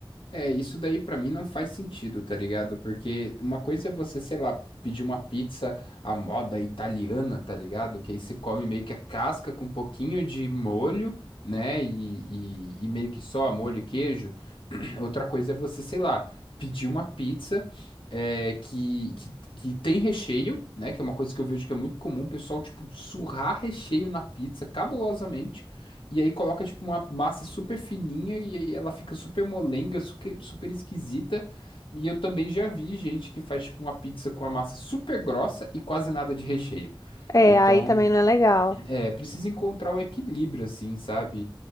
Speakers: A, on the left (about 70°); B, on the left (about 40°).
A: É, isso daí pra mim não faz sentido, tá ligado? Porque uma coisa é você, sei lá, pedir uma pizza à moda italiana, tá ligado? Que aí você come meio que a casca com um pouquinho de molho, né? E, e, e meio que só molho e queijo. <clears throat> Outra coisa é você, sei lá, pedir uma pizza é, que, que, que tem recheio, né? Que é uma coisa que eu vejo que é muito comum, o pessoal, tipo, surrar recheio na pizza cabulosamente. E aí coloca tipo uma massa super fininha e aí ela fica super molenga, super, super esquisita. E eu também já vi gente que faz tipo uma pizza com a massa super grossa e quase nada de recheio.
B: É,
A: Então,
B: aí também não é legal.
A: é, precisa encontrar o equilíbrio assim, sabe?